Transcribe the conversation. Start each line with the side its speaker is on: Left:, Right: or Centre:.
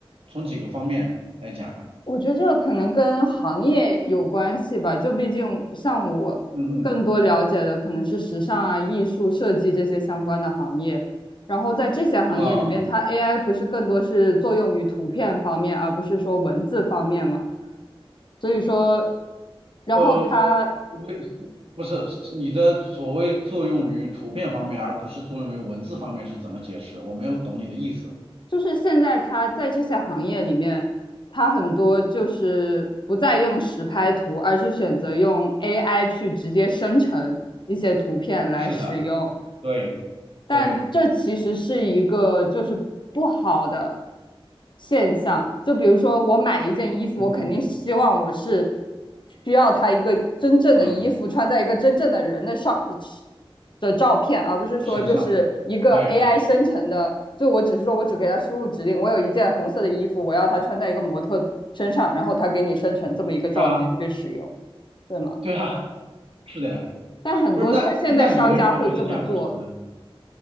Right: 从几个方面来讲，
Left: 我觉得这个可能跟行业有关系吧，就毕竟像我更多了解的可能是时尚啊、
Right: 嗯嗯
Left: 艺术、设计这些相关的行业，然后在这些行业里面，
Right: 啊
Left: 它 AI 不是更多是作用于图片方面，而不是说文字方面嘛。所以说，然后它
Right: 呃为不是是你的所谓作用于图片方面，而不是作用于文字方面是怎么解释？我没有懂你的意思。
Left: 就是现在它在这些行业里面，它很多就是不再用实拍图，而是选择用 AI 去直接生成一些图片来使用。
Right: 是的，对对，
Left: 但这其实是一个就是不好的现象。就比如说，我买一件衣服，
Right: 嗯嗯
Left: 我肯定希望我是需要它一个真正的衣服，
Right: 嗯
Left: 穿在一个真正的人的上的照片，而不是说就是一个
Right: 嗯，身上对
Left: AI 生成的。就我只是说我只给它输入指令，我有一件红色的衣服，我要它穿在一个模特身上，然后它给你生成这么一个照片去使用，
Right: 是啊
Left: 对吗？
Right: 对啊是的呀，
Left: 但很多它现在商家会这么做了。
Right: 不是那那你为什么觉得这样不行呢？